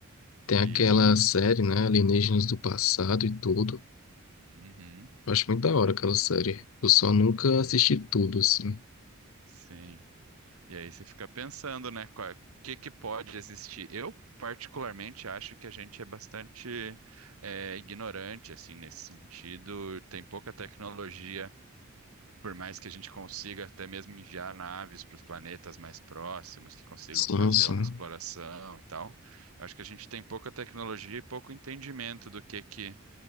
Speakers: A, on the left; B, on the right.
A: Tem
B: E.
A: aquela série, né? Alienígenas do passado e tudo.
B: Uhum,
A: Eu acho muito da hora aquela série. Eu só nunca
B: pois,
A: assisti tudo, assim.
B: sim. E aí você fica pensando, né? O que que pode existir? Eu, particularmente, acho que a gente é bastante é, ignorante, assim, nesse sentido. Tem pouca tecnologia. Por mais que a gente consiga até mesmo enviar naves para os planetas mais próximos, que consigam
A: Sim,
B: fazer
A: sim.
B: uma exploração e tal, eu acho que a gente tem pouca tecnologia e pouco entendimento do que que